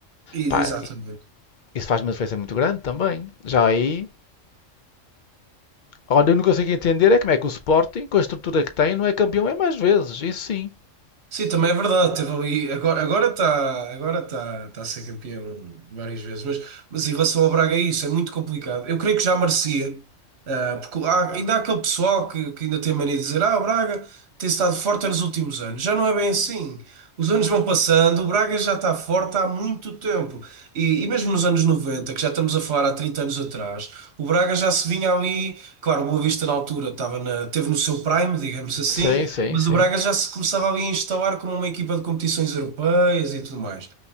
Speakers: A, on the right; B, on the left.
A: exatamente.
B: Pá, isso faz uma diferença muito grande também. Já aí, olha, eu não consigo entender é como é que o Sporting, com a estrutura que tem, não é campeão é mais vezes. Isso sim.
A: Sim, também é verdade. Teve ali, agora agora está agora tá, tá a ser campeão várias vezes, mas, mas em relação ao Braga, é isso é muito complicado. Eu creio que já merecia, ah, porque há- ainda há aquele pessoal que, que ainda tem mania de dizer: Ah, o Braga tem estado forte nos últimos anos. Já não é bem assim. Os anos vão passando, o Braga já está forte há muito tempo. E, e mesmo nos anos 90, que já estamos a falar há 30 anos atrás, o Braga já se vinha ali. Claro, o Boa Vista na altura estava na, teve no seu prime, digamos assim,
B: Sim, sim,
A: mas
B: sim.
A: o Braga já se começava ali a instalar como uma equipa de competições europeias e tudo mais.